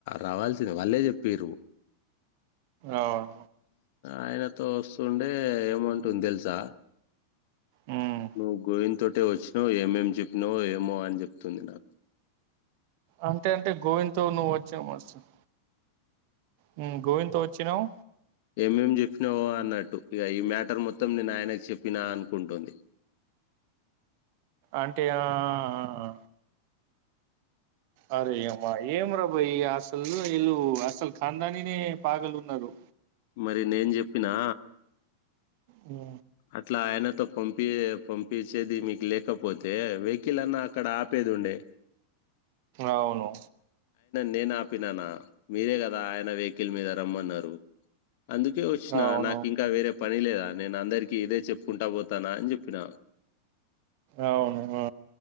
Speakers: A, on the left; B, on the right.
A: రావాల్సిందే వాళ్ళే చెప్పిర్రు
B: అవును
A: ఆయనతో వస్తుండే ఏమంటుంది తెలుసా
B: మ్మ్.
A: నువ్వు గోవింద్ తోటే వచ్చినవ్ ఏమేం చెప్పినవో ఏమో అని చెప్తుంది నా
B: అంటే అంటే గోవింద్ తో నువ్వు వచ్చేయ్ మాస్టర్ హుమ్ గోవింద్ తో వచ్చినావ్
A: ఏం ఏం చెప్పినవో అన్నట్టు ఇగ ఈ మ్యాటర్ మొత్తం నేను ఆయనకి చెప్పినా అనుకుంటుంది
B: అంటే ఆ ఆ ఆ అరే అమ్మా ఏం రా బయ్ ఇగ అసలు వీళ్ళు అసలు ఖాందానినే పాగల్ ఉన్నారు
A: మరి నేను చెప్పినా
B: ఆ
A: అట్లా ఆయనతో పంపి పంపించేది మీకు లేకపోతే వెకిల్ అన్నా అక్కడ ఆపే దుండే
B: అవును
A: నేను ఆపిననా మీరే కదా ఆయన వెహికల్ మీద రమ్మన్నారు అందుకే వచ్చిన
B: అవును
A: నాకు ఇంకా వేరే పని లేదా నేను అందరికి ఇదే చెప్పుకుంటా పోతానా అని చెప్పినా
B: అవును ఆ